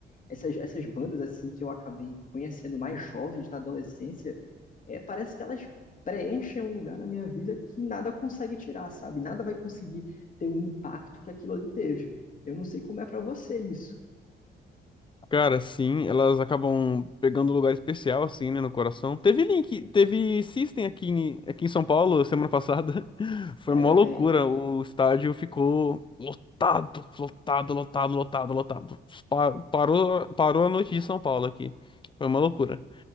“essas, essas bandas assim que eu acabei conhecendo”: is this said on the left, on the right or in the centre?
Left